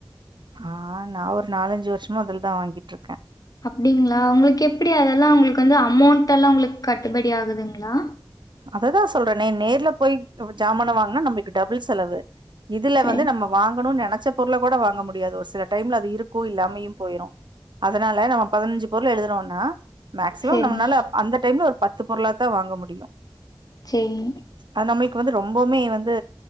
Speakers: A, on the right (about 65°); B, on the left (about 45°).
A: ஆ நா ஒரு நாலஞ்சு வருஷமா அதுலதா வாங்கிட்டுருக்க
B: அப்டிங்ளா உங்களுக்கு எப்டி அதெல்லா உங்களுக்கு வந்து அமௌண்ட் எல்லா உங்களுக் கட்டுபடி ஆகுதுங்ளா
A: அததா சொல்றனே நேர்ல போய் ஜாமான்ன வாங்குனா நம்மளுக்கு டபுள் செலவு இதுல
B: செரிங்
A: வந்து நம்ம வாங்கணுனு நெனைச்ச பொருள கூட வாங்க முடியாது ஒரு சில டைம்ல அது இருக்கு இல்லாமையு போயிரு அதனால நம்ம பதினஞ்சி பொருள் எழுதுறோனா மேக்சிமம்
B: செரிங்
A: நம்மளால அப் அந்த டைம்ல ஒரு பத்து பொருளாது தா வாங்க முடியு
B: செரி
A: அது நமளுக்கு வந்து ரொம்பவுமே வந்து